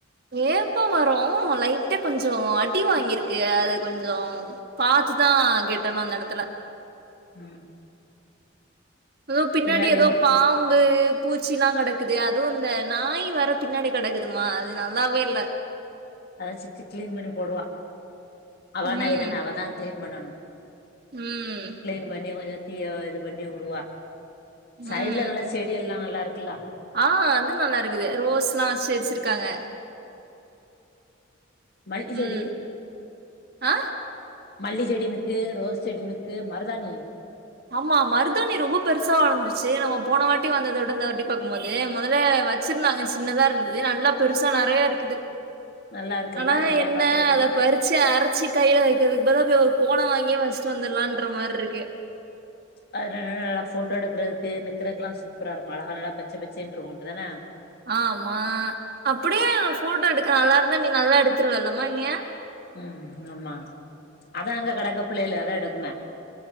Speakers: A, on the right; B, on the left.
A: ஏப்போ மரோ லைட்ட கொஞ்சோ அடி வாங்கிருக்கு அத கொஞ்சோ பாத்துதா கெட்டணு அந்த எடத்துல
B: ம்
A: அது பின்னடி
B: பின்னாடி
A: எதோ பாம்பு பூச்சில்லா கடக்குது அதுவு இந்த நாய் வேற பின்னாடி கடக்குதுமா அது நல்லாவே இல்ல
B: அத சித்தி க்ளீன் பண்ணி போடுவா அவான
A: ம்
B: இதன அவதா க்ளீன் பண்ணனு
A: ம்
B: க்ளீன் பண்ணி கொஞ்சோ தீய இது பண்ணி உடுவா சைட்ல
A: ம்
B: நல்ல செடி எல்லா நல்லாருக்கில்லா
A: ஆ அது நல்லாருக்குது ரோஸ்ல்லா வச்சி வெச்சிருக்காங்க
B: மல்ட்டி
A: ம்
B: செடி
A: ஆ
B: மல்டி செடினுக்கு ரோஸ் செடினுக்கு மருதானி
A: ஆமா மருதாணி ரொம்ப பெருசா வளந்துருச்சு நம்ம போன வாட்டி வந்ததோட் இந்தந்த வாட்டி பாக்கும்போது மொதல வச்சிருந்தாங்க சின்னதா இருந்துது நல்லா பெருசா நறையா இருக்குது
B: நல்லா இருக்குல்ல
A: அனா
B: எல்லாயு
A: என்ன
B: பாக்குறக்கு
A: அத பறுச்சி அரச்சி கைல வைக்கற்துக்கு பதுலா போய் ஒரு கோண வாங்கி வச்சுட்டு வந்துர்லான்ற மார்ருக்கு
B: அது நல்ல நல்லா போட்டோ எடுக்கறதுக்கு நிக்கிறதுக்குல்லா சூப்பரா இருக்கு அழக நல்லா பச்ச பச்சேன்ருக்கு அப்டுதான
A: ஆமா அப்புடியே போட்டோ எடுக்க நல்லா இருந்தா நீ நல்லா எடுத்துருவ இல்லம்மா என்ய
B: ம் ஆமா அதா அங்க கடக்க புள்ளைல அதா எடுக்குமே